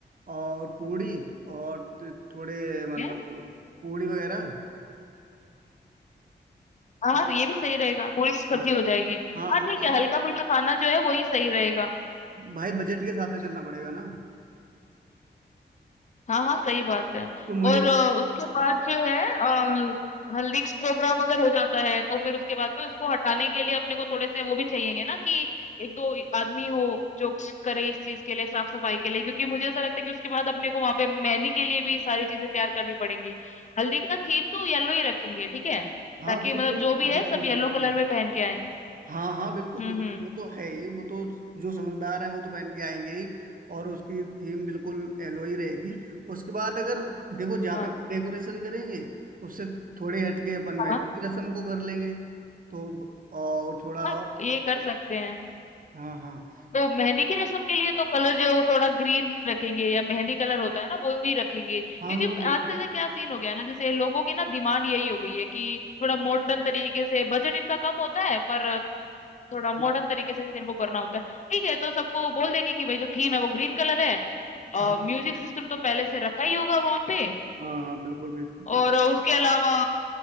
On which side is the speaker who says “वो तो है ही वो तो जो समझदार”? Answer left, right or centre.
Right